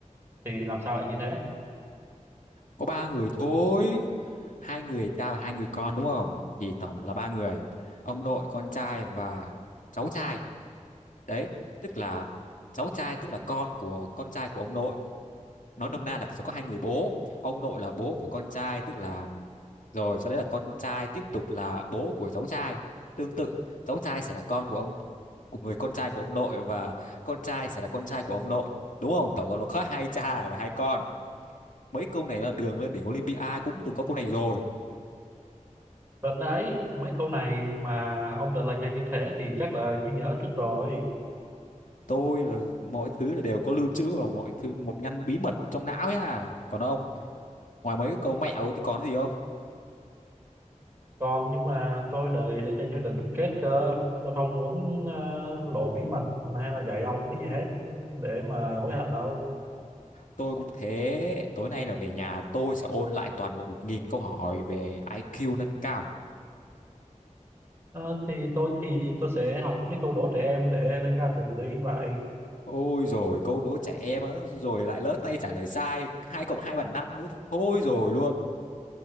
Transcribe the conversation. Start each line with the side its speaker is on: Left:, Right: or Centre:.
Right: Thì làm sao lại như thế?
Left: Có ba người thôi, hai người cha và hai người con đúng không? Thì tổng là ba người, ông nội, con trai và cháu trai. Đấy, tức là cháu trai tức là con của con trai của ông nội. Nói nôm na là sẽ có hai người bố. Ông nội là bố của con trai, tức là rồi sau đấy là con trai tiếp tục là bố của cháu trai. Tương tự, cháu trai sẽ là con của ông của người con trai của ông nội và con trai sẽ là con trai của ông nội đúng không tổng cộng là có hai cha và hai con mấy câu này là đường lên đỉnh Olympia cũng từng có câu này rồi
Right: Đến đấy, mấy câu này mà ông trả lời nhanh như thế thì chắc là ghi nhớ trước rồi.
Left: tôi là mọi thứ là đều có lưu trữ và mọi thứ một ngăn bí mật trong não nhá còn ông ngoài mấy cái câu mẹo thì còn cái gì không
Right: Còn nhưng mà tôi đợi để dành cho trận chung kết cơ. Tôi không muốn ờ, lộ bí mật hay là dạy ông cái gì hết để mà hối hận đâu.
Left: tôi cũng thế tối nay là về nhà tôi sẽ ôn lại toàn bộ một nghìn câu hỏi về IQ nâng cao
Right: Ờ, thì tôi thì tôi sẽ học mấy câu đố trẻ em để nâng cao sự tự tin vậy.
Left: Ôi rồi câu đố trẻ em á rồi lại lỡ tay trả lời sai hai cộng hai bằng năm nữa thôi rồi luôn